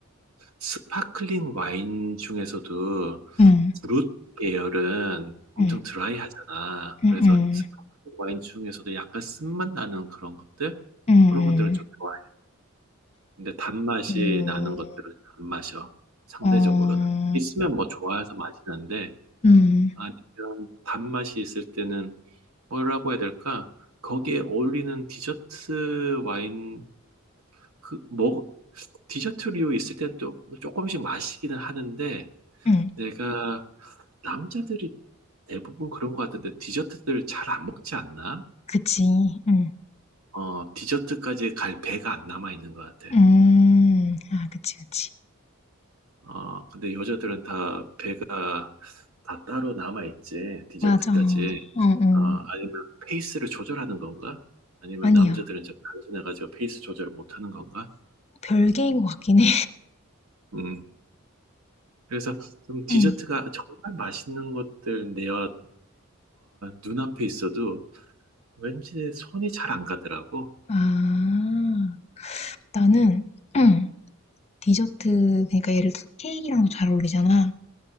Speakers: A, on the right; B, on the left.
A: 스파클링 와인 중에서도
B: 응.
A: 브룻 계열은 엄청
B: 응.
A: 드라이하잖아.
B: 응응.
A: 그래서 스파클링 와인 중에서도 약간 쓴맛 나는 그런 것들?
B: 응응.
A: 그런 것들은 좀 좋아해. 근데 단맛이
B: 음.
A: 나는 것들은 안 마셔. 상대적으로는.
B: 어. 응
A: 있으면 뭐 좋아해서 마시는데,
B: 응.
A: 아니면 단맛이 있을 때는 뭐라고 해야 될까? 거기에 어울리는 디저트 와인, 그, 뭐, 디저트류 있을 때는 또 조금씩 마시기는 하는데,
B: 응, 응,
A: 내가 남자들이 대부분 그런 것 같은데 디저트들 잘 안 먹지 않나?
B: 그치. 응.
A: 어, 디저트까지 갈 배가 안 남아 있는 것 같아.
B: 음. 아 그치 그치.
A: 어, 근데 여자들은 다 배가 다 따로 남아 있지. 디저트까지.
B: 맞아. 응응.
A: 어, 아니면 페이스를 조절하는 건가? 아니면
B: 아니야.
A: 남자들은 좀 단순해가지고 페이스 조절을 못 하는 건가?
B: 별개인 것 같긴 해.
A: 음. 그래서
B: <laughs>
A: 좀 디저트가
B: 응.
A: 정말 맛있는 것들 내 어, 눈앞에 있어도 왠지 손이 잘 안 가더라고.
B: 아. 나는 응. 디저트 그러니까 예를 들어 케이크랑도 잘 어울리잖아.